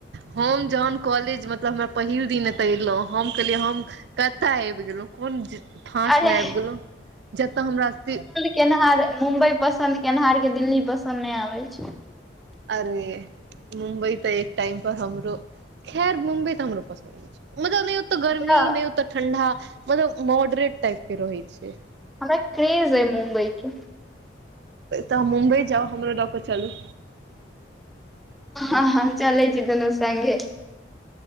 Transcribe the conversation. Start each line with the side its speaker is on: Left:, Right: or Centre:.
Right: हम जहन कॉलेज मतलब हमरा पहिल दिन एते एयलो हम कहलिये हम कतय आबि गेलहुं कोन फाँस
Centre: अरे
Right: मे आबि गेलहु जतय हमरा सि
Centre: केनहार मुम्बई पसन्द केनहारके दिल्ली पसन्द नहि आबै छै
Right: अरे मुम्बई त एक टाइम पर हमरो खैर मुंबई तऽ हमरो पसन्द मतलब नहि ओते
Centre: हमरा
Right: गर्मी नहि ओते ठंडा मतलब मॉडरेट टाइप के रहै छै
Centre: हमरा क्रेज है मुम्बई के
Right: तऽ मुम्बइ जाउ हमरो लऽ कऽ चलू
Centre: आ ह चलै छी दुने सगे